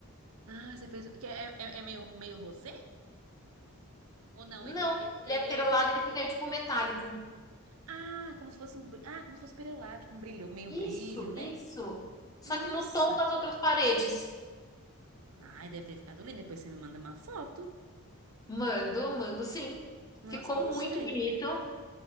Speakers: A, on the right; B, on the left.
A: Ah, você fez. que É, é, é meio, meio rosé? Ou não?
B: Não,
A: Ele é, ele
B: ele é
A: ele
B: perolado,
A: é.
B: ele fica tipo metálico.
A: Ah, como se fosse um. br- Ah, como se fosse perolado, tipo um brilho, meio
B: Isso,
A: brilho, né?
B: isso. Só
A: Nossa.
B: que no tom das outras paredes.
A: Ai, deve ter ficado lindo. Depois você me manda uma foto.
B: Mando, mando sim.
A: Nossa,
B: Ficou
A: gostei.
B: muito bonito.